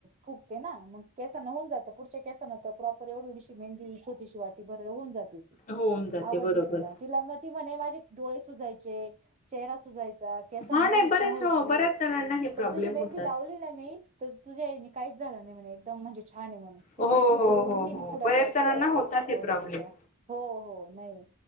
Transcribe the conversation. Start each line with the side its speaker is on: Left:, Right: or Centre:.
Right: फुकते ना मग. केसांना होऊन जातं पुढच्या केसांना तर प्रॉपर एवढ- एवढीशी मेहंदी छोटशी वाटीभर होऊन जात.
Left: होऊन जाते
Right: आवडली
Left: बरोबर.
Right: तला तिला म म्हणे माझे डोळे सुजायचे चेहरा सुजायचा. केसांमध्ये
Left: हा नाही
Right: हचिंग
Left: बरेच
Right: वयची
Left: हो बऱ्याच जणांना हे प्रॉब्लेम
Right: पण तुझी मेहंदी
Left: होतात.
Right: लावली ना मी तर तुझ्याई काहीच झालं नाही म्हणे एकदम म्हणजे छान आहे म्हणे. तिने
Left: हो
Right: रिपीट
Left: हो
Right: दोन
Left: हो
Right: तीन
Left: हो
Right: पुढ्या
Left: बऱ्याच
Right: परत
Left: जणांना
Right: ऑर्डर
Left: होतात हे प्रॉब्लेम.
Right: दिल्या हो हो नाही.